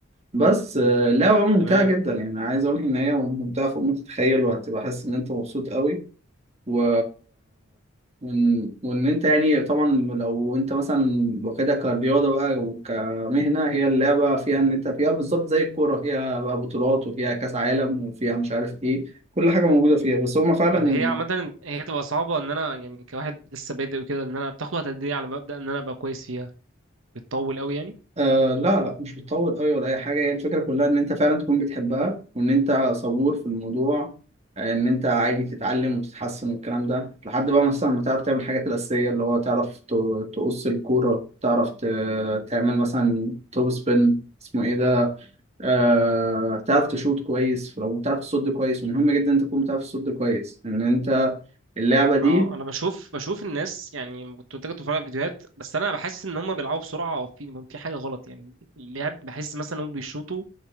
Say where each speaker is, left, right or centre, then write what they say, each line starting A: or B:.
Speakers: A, on the right; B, on the right.
A: بس آه، اللعبة ممتعة
B: تمام
A: جدا يعني عايز اقول لك ان هي ممتعة فوق ما تتخيل وهتبقى حاسس ان انت مبسوط قوي و وإن وإن أنت يعني طبعا لو أنت مثلا واخدها كرياضة بقى وكمهنة هي اللعبة فيها إن أنت فيها بالظبط زي الكورة فيها بقى بطولات وفيها كأس عالم وفيها مش عارف إيه كل حاجة موجودة فيها بس هما فعلا
B: طب هي عامة هي تبقى صعبة ان انا يعني كواحد لسه بادئ وكده ان انا بتاخد وقت قد ايه على ما ابدأ ان انا ابقى كويس فيها بتطول قوي يعني
A: آه لا لا مش بتطول قوي ولا اي حاجه هي الفكره كلها ان انت فعلا تكون بتحبها وان انت صبور في الموضوع آه، ان انت عادي تتعلم وتتحسن والكلام ده لحد بقى مثلا ما تعرف تعمل الحاجات الاساسيه اللي هو تعرف ت- تقص الكوره تعرف ت- تعمل مثلا توب سبين اسمه ايه ده آه تعرف تشوط كويس لو تعرف تصد كويس ومهم جدا انت تكون بتعرف تصد كويس ان انت اللعبه دي
B: اه انا بشوف بشوف الناس يعني كنت بتفرج بتفرج على فيديوهات بس انا بحس ان هم بيلعبوا بسرعه او في في حاجه غلط يعني اللعب بحس مثلا هم بيشوطوا